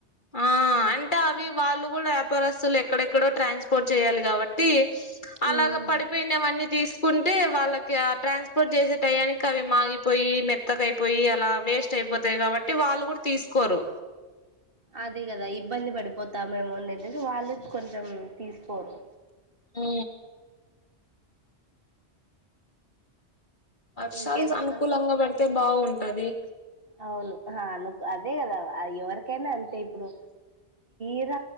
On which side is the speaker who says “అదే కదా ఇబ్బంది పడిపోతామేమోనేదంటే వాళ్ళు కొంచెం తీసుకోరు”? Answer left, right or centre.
Right